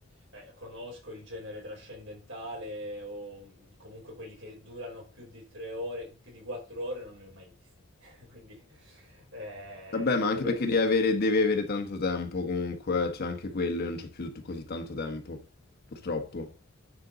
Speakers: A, on the right; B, on the left.
A: eh, conosco il genere trascendentale o mm, comunque quelli che durano più di tre ore, più di quattro ore, non ne ho mai visti. <laughs> Quindi, eh,
B: Vabbè,
A: figuriamoci.
B: ma anche perché devi avere, devi avere tanto tempo comunque, c'è anche quello, io non c'ho più così tanto tempo, purtroppo.